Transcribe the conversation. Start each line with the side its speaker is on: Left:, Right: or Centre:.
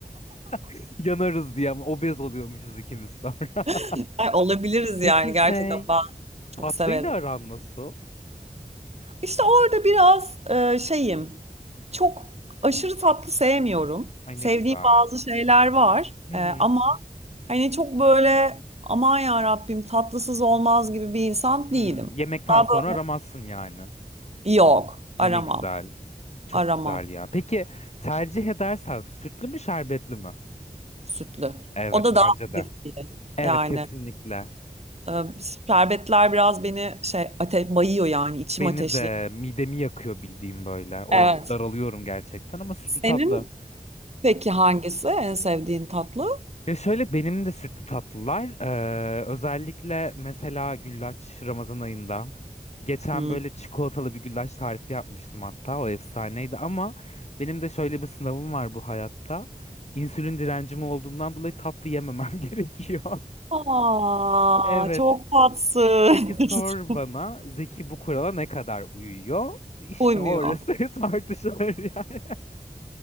Left: <laughs> Yanarız diye ama obez oluyormuşuz ikimiz sonra.
Right: <laughs> Ay, Olabiliriz
Left: Peki
Right: yani gerçekten
Left: şey
Right: ben çok
Left: tatlıyla
Right: severim.
Left: aran nasıl?
Right: İşte orada biraz e, şeyim. Çok aşırı tatlı sevmiyorum.
Left: Ay ne
Right: Sevdiğim
Left: güzel.
Right: bazı şeyler var.
Left: Hı
Right: E,
Left: hı.
Right: ama hani çok böyle aman ya Rabbim tatlısız olmaz gibi bir insan
Left: Hı.
Right: değilim.
Left: Yemekten
Right: Daha
Left: sonra
Right: böyle
Left: aramazsın yani.
Right: yok
Left: Ay
Right: aramam.
Left: ne güzel. Çok
Right: Aramam
Left: güzel ya. Peki tercih edersen sütlü mü şerbetli mi?
Right: sütlü.
Left: Evet
Right: O da daha
Left: bence
Right: hafif
Left: de.
Right: diye.
Left: Evet
Right: Yani
Left: kesinlikle.
Right: e, şerbetler biraz beni şey ate bayıyor yani içim
Left: Beni
Right: ateşli.
Left: de midemi yakıyor bildiğim böyle. O
Right: Evet.
Left: daralıyorum gerçekten ama sütlü
Right: Senin
Left: tatlı.
Right: peki hangisi en sevdiğin tatlı?
Left: Ya şöyle benim de sütlü tatlılar eee, özellikle mesela güllaç Ramazan ayında geçen
Right: Hmm.
Left: böyle çikolatalı bir güllaç tarifi yapmıştım hatta o efsaneydi ama benim de şöyle bir sınavım var bu hayatta. insülin direncim olduğundan dolayı tatlı yememem <laughs> gerekiyor.
Right: Aa,
Left: Evet.
Right: çok tatsız.
Left: Peki sor
Right: <laughs>
Left: bana Zeki bu kurala ne kadar uyuyor? İşte
Right: Uymuyor.
Left: orası <laughs> tartışılır yani.